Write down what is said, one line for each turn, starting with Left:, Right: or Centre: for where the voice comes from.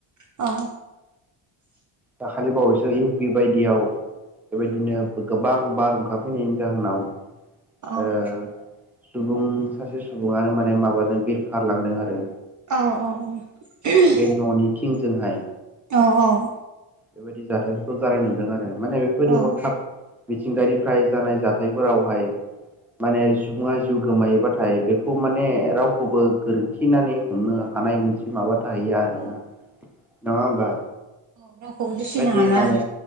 Right: औ।
Centre: दाखालि बावैसो इउ पि बायदियाव बेबायदिनो गोबां बारहुंखा फैनायनि जाहोनाव
Right: औ
Centre: ओ सुबुं सासे सुबुङानो माने माबाजों बिरखारलांदों आरो।
Right: औ औ औ
Centre: बे न'निथिंजोंहाय।
Right: औ औ।
Centre: बेबायदि जाथायफोरखौ जानाय नुदों आरो माने बेफोरबायदि
Right: औ
Centre: हरखाब मिथिंगानिफ्राय जानाय जाथायफोरावहाय माने सुबुङा जिउ गोमायोबाथाय बेखौ माने रावखौबो गोरोन थिनानै हमनो हानाय मोनसे माबा थाहैया आरोना
Right: औ
Centre: नङा होमबा?
Right: औ रावखौबो दुसिनो
Centre: बेबायदि
Right: हाला
Centre: माने